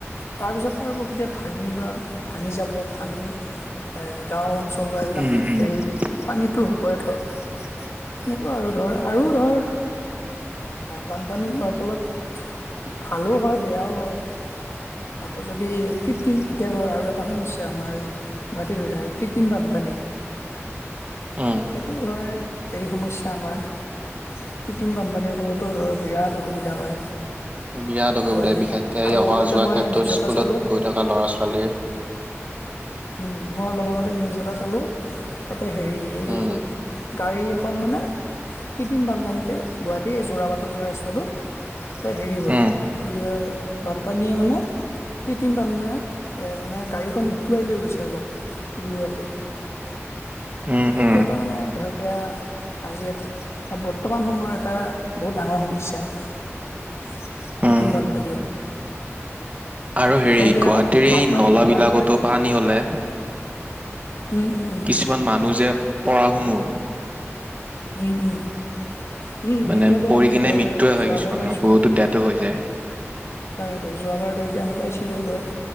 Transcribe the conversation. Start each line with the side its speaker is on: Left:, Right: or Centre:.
Left: তাৰ পিছত আৰু প্ৰকতিয় ভাঙি বা ভাঙি যাব ভাঙি এ গাওঁ অঞ্চল বা এইবিলাক
Right: উম উম
Left: হেৰি পানীটো হ'বই ধৰ। সেনেকুৱা আৰু ধৰ আৰু ধৰ বানপানী হোৱাৰ ফলত ভালো হয়, বেয়াও হয়। আকৌ যদি কৃত্ৰিম এতিয়া ধৰ আৰু এটা সমস্যা আমাৰ এই গুৱাহাটীত হৈ থাকে কৃত্ৰিম বানপানী
Right: উম।
Left: সেইটো ধৰ হেৰি সমস্যা আমাৰ কৃত্ৰিম বানপানীৰ ফলত টো ধৰ বিৰাট অসুবিধা হয়।
Right: বিৰাট অসুবিধা
Left: গুৱাহাটীত।
Right: বিশেষকৈ
Left: আৰু অলপ
Right: অহা
Left: আগতে
Right: যোৱাৰ
Left: মই
Right: ক্ষেত্ৰত
Left: নিউজ এটা
Right: স্কুলত
Left: চালো
Right: গৈ থকা ল'ৰা ছোৱালীৰ।
Left: উম, মই অলপ আগতে নিউজ এটা চালো তাতে হেৰি, এই
Right: উম।
Left: গাড়ী এখন মানে কৃত্ৰিম বানপানীতে গুৱাহাটী যোৰাবাটত যোৱা ৰাস্তাটোত। তাতে হেৰি, হ'ল
Right: উম
Left: কি বুলি কয় বানপানীয়ে মানে কৃত্ৰিম বানে মানে গাড়ীখন উটুৱাই লৈ গৈছে অলপ দূৰলৈ ত'
Right: উম
Left: সেইটো
Right: উম
Left: এটা মানে ধৰ এতিয়া আজি বা বৰ্তমান সময়ৰ এটা বহুত ডাঙৰ সমস্যা কৃত্ৰিম
Right: উম
Left: বানপানীও।
Right: আৰু হেৰি
Left: ধৰ এতিয়া
Right: গুৱাহাটীৰ এই
Left: বানপানী
Right: নলাবিলাকতো
Left: হয়, বানপানী
Right: পানী হ'লে
Left: উম, উম, উম।
Right: কিছুমান মানুহ যে পৰা শুনো।
Left: উম, উম, উম,
Right: মানে
Left: এতিয়াতো
Right: পৰি
Left: আমি
Right: কিনে
Left: ধৰ
Right: মৃত্যুয়ে হয়
Left: যোৱাবাৰ
Right: কিছুমানৰ
Left: পাইছোৱে।
Right: বহুতো ডেথো হৈ যায়
Left: তাকে টো যোৱাবাৰ ধৰ এতিয়া আমি পাইছিলোঁৱে ধৰ